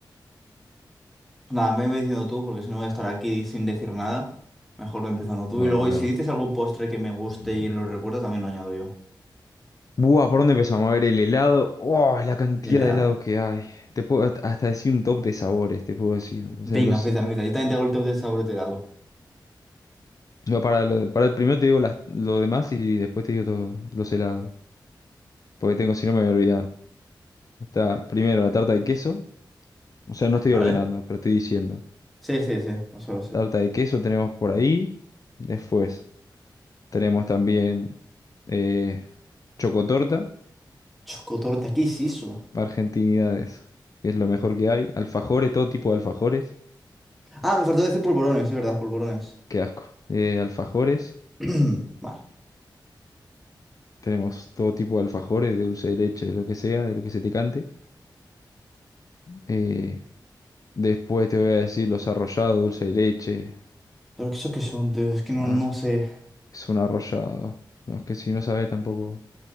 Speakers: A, in the centre; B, on the left.
A: Nada, me voy diciendo tú porque si no voy a estar aquí sin decir nada. Mejor voy empezando tú.
B: No,
A: Y luego,
B: boludo.
A: y si dices algún postre que me guste
B: Mm.
A: y lo recuerdo, también lo añado yo.
B: Buah, ¿por dónde empezamos? A ver, el helado. Oh, la cantidad
A: El helado.
B: de helados que hay. Te puedo hasta hasta decir un top de sabores, te puedo decir. O
A: Venga,
B: sea, los
A: empieza,
B: helados.
A: empieza. Yo también tengo el top de sabor de helado.
B: No, para, lo- para el primero te digo las- lo demás y después te digo todo- los helados. Porque tengo, si no me voy a olvidar. Está primero la tarta de queso. O sea, no estoy
A: ¿Vale?
B: ordenando, pero estoy diciendo.
A: Sí, sí, sí, no solo sé.
B: Tarta de queso tenemos por ahí. Después tenemos también eh, chocotorta,
A: Chocotorta, ¿qué es eso?
B: argentinidades, que es lo mejor que hay. Alfajores, todo tipo de alfajores.
A: Ah, me faltó decir polvorones, es verdad, polvorones.
B: Qué asco. Eh, alfajores.
A: <clears throat> Vale.
B: Tenemos todo tipo de alfajores, de dulce de leche, de lo que sea, de lo que se te cante. Eh, Después te voy a decir los arrollados, dulce de leche.
A: Pero eso que son, tío, es que no,
B: Ah,
A: no sé.
B: es un arrollado. No, es que si no sabes tampoco,